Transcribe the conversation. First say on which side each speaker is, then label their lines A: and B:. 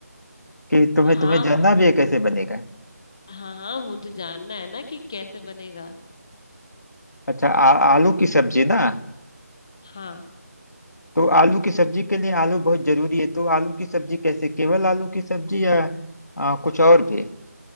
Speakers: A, on the left; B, on the left.
A: कि तुम्हें
B: हाँ
A: तुम्हें जानना भी है कैसे बनेगा
B: हाँ हाँ मुझे जानना है ना कि कैसे बनेगा
A: अच्छा आ, आलू की सब्जी ना
B: हाँ
A: तो आलू की सब्जी के लिए आलू बहुत जरूरी है तो आलू की सब्जी कैसे केवल आलू की सब्जी या आ, कुछ और भी